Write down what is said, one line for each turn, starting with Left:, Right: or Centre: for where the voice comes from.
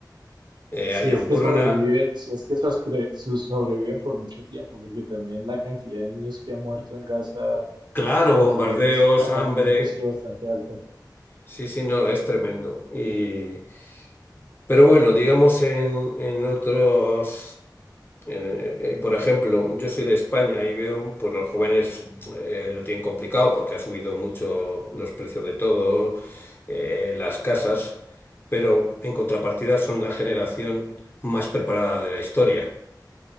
Left: eh,
Right: Si
Left: hay hambruna,
Right: es que sobreviven, si es que soscre- su- sobreviven por mucho tiempo, porque también la cantidad de niños que ha muerto en Gaza
Left: claro,
Right: aparentes,
Left: bombardeos,
Right: aparentemente
Left: hambre.
Right: ha sido bastante alta.
Left: Sí, sí, no, es tremendo. Y, pero bueno, digamos en, en otros, en, eh, eh, por ejemplo, yo soy de España y veo, pues los jóvenes eh, lo tienen complicado porque ha subido mucho los precios de todo, eh, las casas, pero en contrapartida son la generación más preparada de la historia.